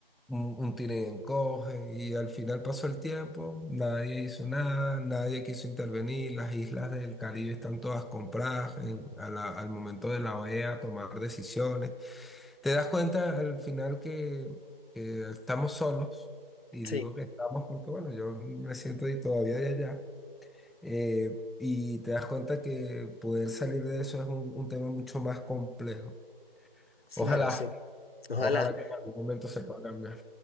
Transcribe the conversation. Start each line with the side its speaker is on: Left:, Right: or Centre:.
Centre: un, un tira y encoge, y al final pasó el tiempo, nadie hizo nada, nadie quiso intervenir, las islas del Caribe están todas compradas en- a la- al momento de la OEA tomar decisiones. Te das cuenta al final que, que estamos solos, y digo
Left: Sí,
Centre: que estamos porque, bueno, yo me siento ahí todavía de allá, eh, y te das cuenta que poder salir de eso es un, un tema mucho más complejo.
Left: claro,
Centre: Ojalá,
Left: sí. Ojalá.
Centre: ojalá que en algún momento se pueda cambiar.